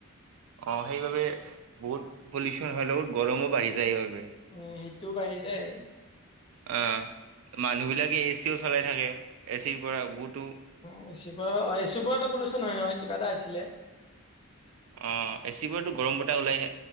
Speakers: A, on the right (about 70°); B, on the left (about 25°).
A: অহ, সেইবাবে বহুত পলিউচন হ'লেও গৰমো বাঢ়ি সেইবাবে।
B: উম, হিটটো বাঢ়ি যায়
A: অহ, মানুহবিলাকে এ চিও চলাই থাকে এ চিৰ পৰা বহুতো
B: এ চিপ পৰাওঁ অহ, এ চিৰ পৰা এটা পলিউচন হয় নহয় কিবা এটা আছিলে।
A: অহ, এ চিবোৰতো গৰম বতাহ ওলাই